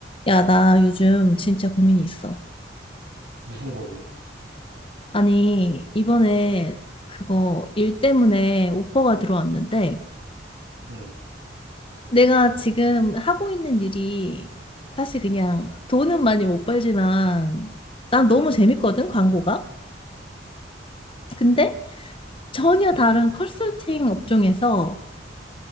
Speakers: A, on the left; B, on the right.
A: 야, 나 요즘 진짜 고민이 있어.
B: 무슨 고민?
A: 아니, 이번에 그거 일 때문에 오퍼가 들어왔는데,
B: 응,
A: 내가 지금 하고 있는 일이 사실 그냥 돈은 많이 못 벌지만, 난 너무 재밌거든, 광고가. 근데 전혀 다른 컨설팅 업종에서